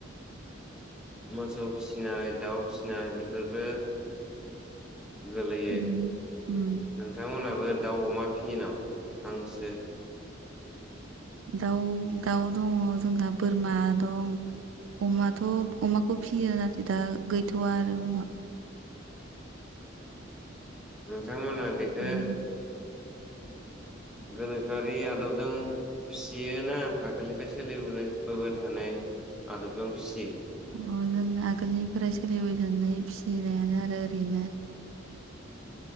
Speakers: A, in the centre; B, on the right.
A: मोसौ फिसिनाय दाउ फिसिनाय बेफोरबो गोलैयो
B: उम उम
A: नोंथांमोनाबो दाउ अमा फियो नामा हांसो?
B: दाउ दाउ दङ जोंहा बोरमा दं। अमाथ' अमाखौ फियो आरोखि दा गैथ'वा आरो अमा।
A: नोंथांमोना बेखौ
B: उम
A: गोनोखोआरि आदबजों फियोना आगोलनिफ्राय सोलिबोबाय थानाय आदबजों फिसियो?
B: अ जों आगोलनिफ्राय सोलिबाय थानाय फिसिनायानो आरो ओरैनो।